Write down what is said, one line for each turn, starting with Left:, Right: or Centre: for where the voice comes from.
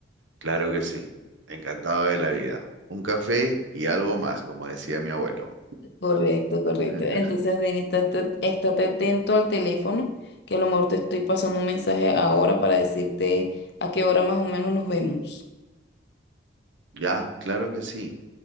Right: Claro que sí, encantado de la vida. Un café y algo más, como decía mi abuelo.
Left: Correcto, correcto.
Right: <laughs>
Left: Entonces, Denis, estate, estate atento al teléfono, que a lo mejor te estoy pasando un mensaje ahora para decirte a qué hora más o menos nos vemos.
Right: Ya, claro que sí,